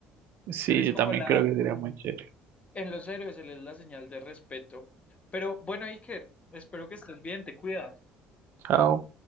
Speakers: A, on the right; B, on the left.
A: Sí,
B: Él es
A: yo
B: como
A: también
B: la
A: creo que sería muy chévere.
B: En los héroes se les da señal de respeto. Pero bueno, Iker, espero que estés bien, te cuidas.
A: Chao.